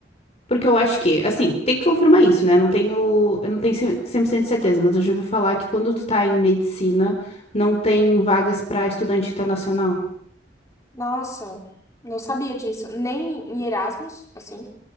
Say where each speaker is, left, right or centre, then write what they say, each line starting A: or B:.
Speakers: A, on the left; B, on the left.
A: porque eu acho que, assim, tem que confirmar isso, né? Não tenho, eu não tenho cem- 100% de certeza, mas eu já ouvi falar que quando tu tá em medicina, não tem vagas pra estudante internacional.
B: Nossa, não sabia disso. Nem em Erasmus, assim.